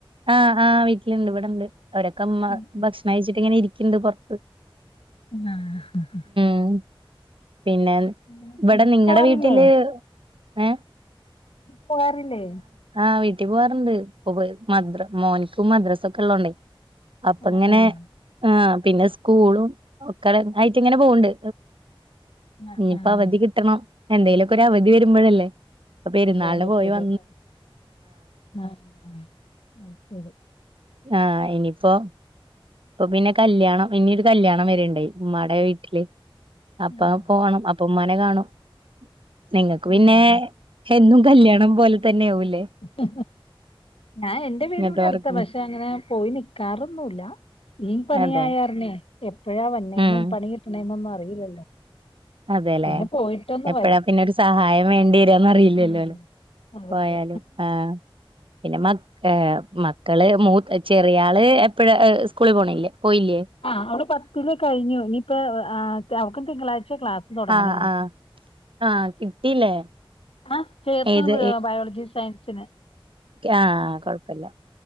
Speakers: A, on the right (about 65°); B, on the left (about 80°).
A: ആഹ് ആഹ് വീട്ടിലുണ്ട് ഇവിടെണ്ട് അവരൊക്കെ അമ്മ
B: ഉം.
A: ഭക്ഷണം കഴിച്ചിട്ട് ഇങ്ങനെ ഇരിക്കണ്ട് പുറത്ത്
B: ആഹ് ആഹ്
A: ഉം പിന്നെ
B: വീട്ടി
A: ഇവിടെ നിങ്ങളടെ
B: പോവാറില്ലേ
A: വീട്ടില് ഏഹ്
B: പോകാറില്ലേ
A: ആഹ് വീട്ടിൽ പോവാറുണ്ട് ഇപ്പൊ മോനിക്കും മദ്രാസും ഒക്കെ ഉള്ളതോണ്ടേ അപ്പങ്ങനെ
B: ആഹ് ആഹ്
A: ആഹ് പിന്നെ സ്കൂളും ഒക്കടെ ആയിട്ട് ഇങ്ങനെ പോണ്ട്.
B: ആഹ്
A: ഇഞ്ഞിപ്പ
B: ആഹ്
A: അവധി കിട്ടണം എന്തേലൊക്കെ ഒരവധി വെരുമ്പഴല്ലേ പ്പ പെരുന്നാൾന്
B: പോവാൻ പറ്റൂലല്ലോ
A: പോയി വ
B: ആഹ് അയ്ശെരി
A: ആഹ് ഇനിപ്പോ ഇപ്പൊ പിന്നെ കല്ല്യാണം ഇനിയൊരു കല്ല്യാണം വെര്ണ്ടേയ് ഉമ്മാടെ വീട്ടില് അപ്പാം
B: ആഹ്
A: പോണം അപ്പൊ ഉമ്മാനെ കാണും. നിങ്ങക്ക് പിന്നേ
B: ആഹ്
A: എന്നും കല്ല്യാണം പോലെ തെന്ന്യെവുല്ലേ
B: ആ ഞാൻ എന്റെ വീട്
A: ഇങ്ങനത്തെ
B: ഇവിടെ
A: വർക്ക്
B: അടുത്ത പക്ഷേ പോയി നിക്കാറൊന്നൂല്ലാ, ഈ പണിയായാര്ണെ
A: അതെ
B: എപ്പഴാ വര്ണേന്നും
A: ഉം
B: പണി കിട്ട്ണെന്നൊന്നും അറിയില്ലല്ലോ
A: അതെല്ലേ,
B: പിന്നെ പോയിട്ടൊന്ന്
A: എപ്പഴാ
B: വരും
A: പിന്നെ ഒരു സഹായം വേണ്ടി രാന്ന് അറിയില്ല്യല്ലോ
B: ഉം
A: ല്ലെ.
B: അതെ
A: പോയാലും
B: അതെ
A: ആഹ്. പിന്നെ മക് ഏഹ് മക്കള് മൂത്ത് ചെറിയാള് എപ്പഴ അ് സ്കൂള് പോണെല്ലേ പോയില്ല്യേ.
B: ആഹ് അവള് പത്തില് കഴിഞ്ഞു. ഇനിയിപ്പാ ആഹ് തെ അവക്കും തിങ്കളാഴ്ച്ചെ ക്ലാസ് തൊടങ്ങണേനി.
A: ആഹ് ആഹ് ആഹ് കിട്ടില്ലേ
B: ആഹ് ചേർന്ന്
A: ഏത്
B: ബ് ബയോളജി സയൻസിന്
A: ക്യാഹ് കൊഴപ്പല്ല.